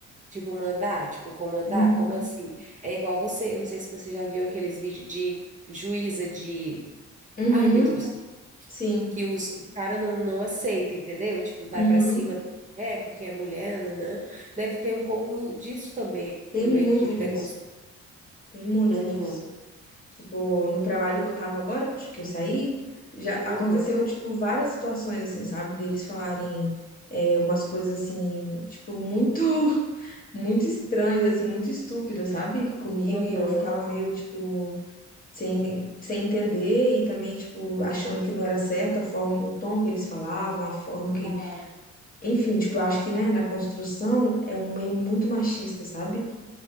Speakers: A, on the right; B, on the left.
A: Tipo, mandar, tipo, comandar,
B: Uhum,
A: como assim? É igual você, eu não sei se você já viu aqueles vídeos de juíza, de
B: Uhum,
A: árbitros,
B: sim,
A: que os cara não, não aceita, entendeu? Tipo, vai
B: uhum.
A: pra cima, é, porque é mulher, nanã. Deve ter um pouco disso também,
B: Tem
A: meio
B: muito
A: que de preconceito.
B: disso, tem muito
A: Aham,
B: disso. Tipo, no trabalho que eu tava agora, que eu saí, já aconteceu,
A: aham,
B: tipo, várias situações, assim, sabe? Deles falarem é, umas coisas, assim, tipo, muito, <laughs> muito estranhas, assim, muito estúpidas, sabe? Comigo,
A: aham,
B: e eu ficava meio, tipo, sem, sem entender e também, tipo, achando que não era certo a forma, o tom que eles falavam, a forma que...
A: falava.
B: Enfim, tipo, eu acho que, né, na construção é um meio muito machista, sabe?